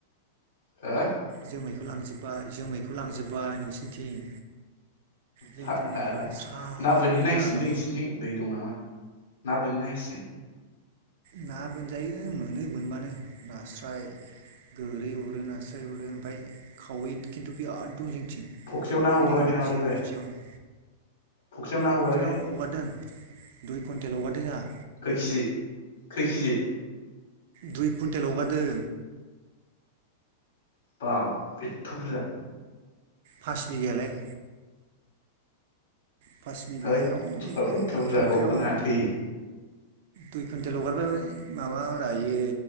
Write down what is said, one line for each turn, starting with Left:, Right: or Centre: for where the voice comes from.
Left: <unintelligible>
Right: जोमैखौ लांजोबबाय जोमैखौ लांजोब्बाय नोंसिनिथिं जोंथिं
Left: सानो हायालै
Right: नै रानस्राव
Left: ना बोनहै नांसिगोनलै
Right: जाना दं
Left: नोंसिनिथिं दै दं नामा? ना बोनहै नांसिगोन।
Right: ना बोनजायो मोनो बोनबानो नास्राय गोरै अरो नास्राय अरो ओमफ्राय खावै खिन्थु बिराद दं जोंनिथिं।
Left: फुख्रियाव
Right: खावै
Left: ना
Right: फैदों
Left: हगाराखै
Right: एबार
Left: नामा
Right: सेव
Left: देग्लाय
Right: सेवनो।
Left: फुख्रियाव ना हगाराखै
Right: फख्रियाव हगारदों दुइ कुन्टेल' हगारदों जाहा।
Left: खै किजि खै किजि
Right: दुइ कुन्टेल हगारदों।
Left: बाब एथ' बुरजा।
Right: फास बिघायालाय फास बिघा
Left: हैद
Right: हायाव
Left: साला एथ' बुरजा
Right: फख्रियाव
Left: हगारनाङा थैयो
Right: दुइ कुन्टेल हगारबाय माबारा बियो